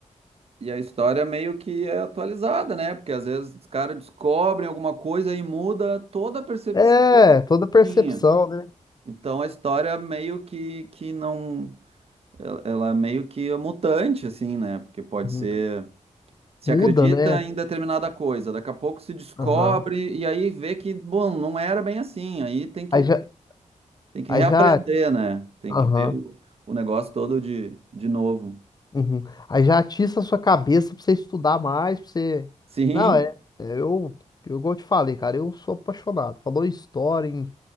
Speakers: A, on the right; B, on the left.
A: e a história meio que é atualizada, né? Porque às vezes os caras descobrem alguma coisa e muda toda a percepção.
B: É, toda
A: que
B: percepção,
A: tinha.
B: né?
A: Então a história é meio que, que não. Ela ela é meio que é mutante, assim, né? Porque pode
B: Uhum.
A: ser. Se
B: Muda,
A: acredita
B: né?
A: em determinada coisa, daqui a pouco se descobre
B: Aham.
A: e aí vê que, bom, não era bem assim. Aí tem que,
B: Aí já,
A: tem que
B: aí
A: reaprender,
B: já,
A: né? Tem
B: aham.
A: que ver o, o negócio todo de, de novo.
B: Uhum. Aí já atiça a sua cabeça pra você estudar mais, pra você.
A: <laughs> Sim.
B: Não, é. é, Eu, eu, igual eu te falei, cara, eu sou apaixonado. Falou em história, em,